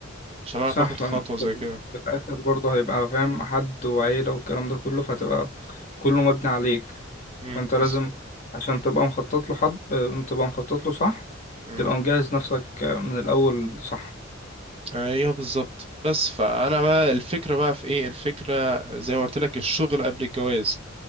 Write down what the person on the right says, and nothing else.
عشان اعرف
اخد خطوة
زي
كده
امم
بز...
امم
ايوه بالظبط بس فانا بقى الفكرة بقى في ايه الفكرة زي ما قلت لك الشغل قبل الجواز